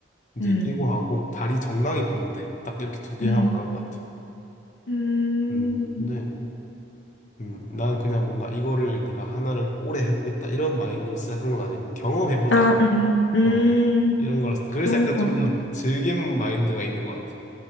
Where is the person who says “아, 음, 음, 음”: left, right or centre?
Left